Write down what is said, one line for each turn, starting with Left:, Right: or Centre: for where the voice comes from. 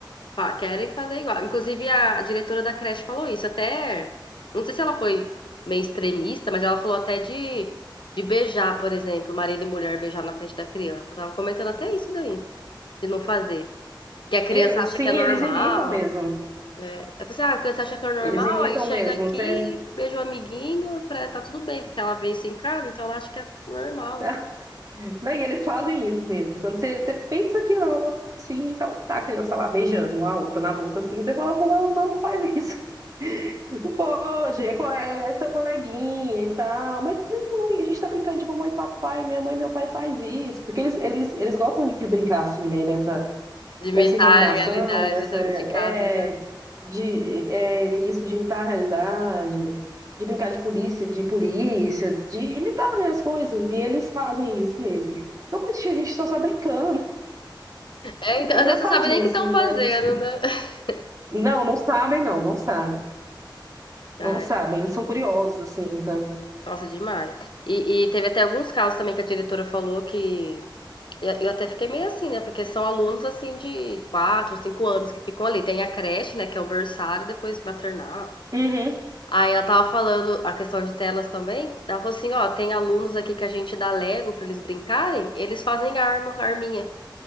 Left: Fa querem fazer igual. Inclusive, a diretora da creche falou isso. Até, não sei se ela foi meio extremista, mas ela falou até de, de beijar, por exemplo, marido e mulher beijar na frente da criança. Tava comentando até isso daí, de não fazer. Que a criança
Right: E eles,
Left: acha
Right: sim,
Left: que é normal.
Right: eles imitam mesmo.
Left: É, é assim, ah, a criança acha que é normal,
Right: Eles imitam
Left: aí chega
Right: mesmo.
Left: aqui,
Right: Você,
Left: beija o amiguinho, pra, tá tudo bem, porque ela vê isso em casa, então ela acha que é normal.
Right: <laughs> não, e eles fazem isso mesmo. Quando você, você pensa que não, assim, então tá a criança lá beijando uma outra na boca, assim, você fala, não, não, não faz isso. <laughs> Não pode, é, co- é é seu coleguinha e tal. Mas é mãe, a gente tá brincando de mamãe e papai, minha mãe e meu pai faz isso. Porque eles, eles, eles gostam de brincar assim, né, dessa
Left: De imitar
Right: nessa imaginação,
Left: a realidade
Right: nessa
Left: da-
Right: é,
Left: de casa, né?
Right: de é, isso de imitar a realidade, de brincar de polícia, de polícia, de imitar, né, as coisas. E eles fazem isso mesmo. Não, mas tia, a gente tá só brincando.
Left: É, então,
Right: É
Left: às
Right: engraçadinho,
Left: vezes você não sabe nem o que
Right: assim,
Left: estão fazendo,
Right: mas... <laughs>
Left: né? <laughs>
Right: Não, não sabem, não. Não sabem.
Left: Ai,
Right: Não sabem. Eles são curiosos, assim, sabe?
Left: Nossa, demais. E, e teve até alguns casos também que a diretora falou que eu, eu até fiquei meio assim, né? Porque são alunos assim de 4, 5 anos que ficam ali. Tem a creche, né? Que é o berçário, depois maternal.
Right: Uhum,
Left: Aí ela tava falando a questão de telas também. Ela falou assim, ó, tem alunos aqui que a gente dá Lego pra eles brincarem, eles fazem arma, arminha.